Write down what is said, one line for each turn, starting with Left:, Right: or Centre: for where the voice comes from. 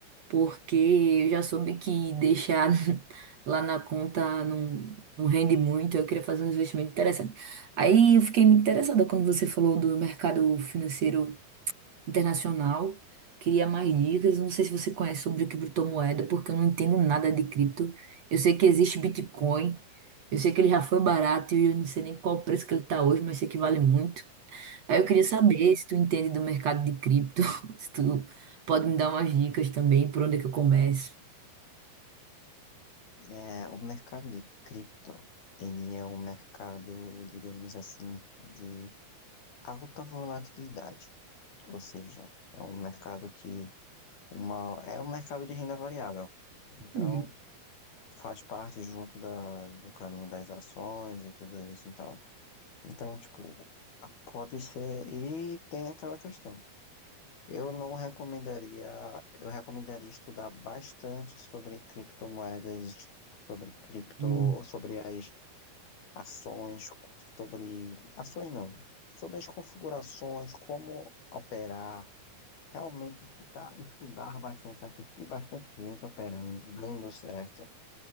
Right: porque eu já soube que deixar <laughs> lá na conta não, não rende muito. Eu queria fazer um investimento interessante. Aí eu fiquei muito interessada quando você falou do mercado financeiro internacional. Queria mais dicas. Não sei se você conhece sobre criptomoeda, porque eu não entendo nada de cripto. Eu sei que existe Bitcoin. Eu sei que ele já foi barato e eu não sei nem qual o preço que ele está hoje, mas sei que vale muito. Aí eu queria saber se tu entende do mercado de cripto, <laughs> se tu pode me dar umas dicas também, por onde é que eu começo.
Left: É, o mercado de cripto, ele é um mercado, digamos assim, de alta volatilidade, ou seja, é um mercado que uma, é um mercado de renda variável. Então,
Right: Uhum.
Left: faz parte junto da, do caminho das ações e tudo isso, então. Então, tipo, pode ser, e tem aquela questão. Eu não recomendaria, eu recomendaria estudar bastante sobre criptomoedas, sobre cripto,
Right: Hum.
Left: sobre as ações, sobre ações não, sobre as configurações, como operar, realmente ficar, estudar bastante, assistir bastante gente operando, dando certo,